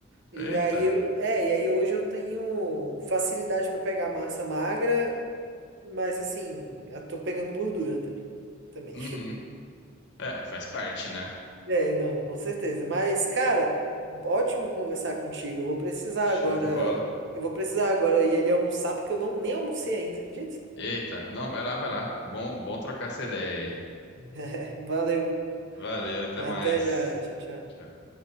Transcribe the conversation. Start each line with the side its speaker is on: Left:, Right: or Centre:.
Right: E
Left: Eita.
Right: aí eu. É, e aí hoje eu tenho facilidade pra pegar massa magra. Mas assim, eu tô pegando gordura até. Também.
Left: Uhum.
Right: <laughs>
Left: É, faz parte, né?
Right: É, não, com certeza. Mas, cara, ótimo conversar contigo. Eu vou precisar
Left: Show
Right: agora.
Left: de bola.
Right: Eu vou precisar agora ir ali almoçar, porque eu não, nem almocei ainda, acredita?
Left: Eita, não, vai lá, vai lá. Bom, bom trocar essa ideia aí.
Right: <laughs> Valeu.
Left: Valeu, até
Right: Até
Left: mais.
Right: já. Tchau, tchau.
Left: Tchau.